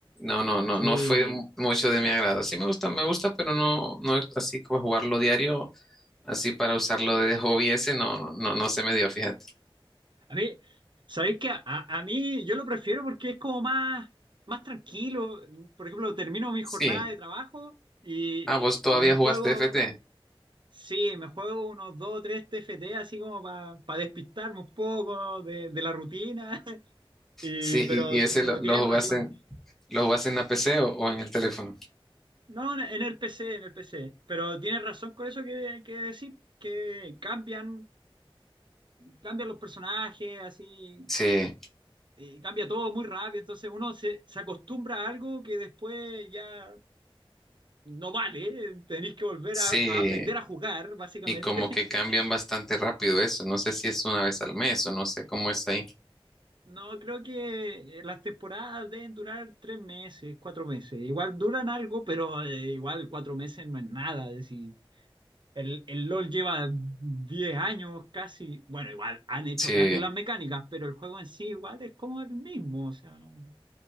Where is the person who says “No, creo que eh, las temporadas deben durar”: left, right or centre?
Right